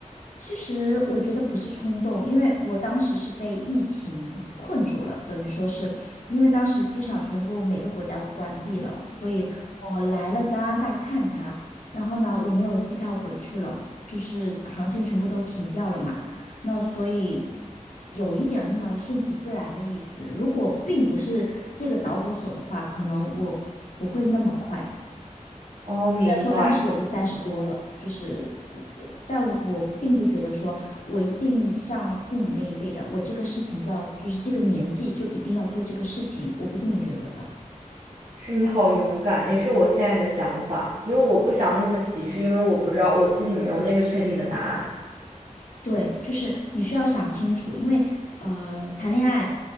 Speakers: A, on the left; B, on the right.
A: 其实我觉得不是冲动，因为我当时是被疫情困住了，等于说是因为当时机场全部每个国家都关闭了，所以我来了加拿大看他，然后呢，我没有机票回去了，就是航线全部都停掉了嘛，那所以有一点那么顺其自然的意思。如果并不是这个导火索的话，可能我不会那么快。
B: 哦，明白，
A: 然说当时我已经三十多了，就是，呃呃但我并不觉得说我一定像父母那一辈的，我这个事情就要，就是这个年纪就一定要做这个事情，我不这么觉得的。
B: 是你好勇敢，也是我现在的想法。就是我不想那么急，是因为我不知道，我心里没有那个确定的答案。
A: 对，就是你需要想清楚，因为呃，谈恋爱、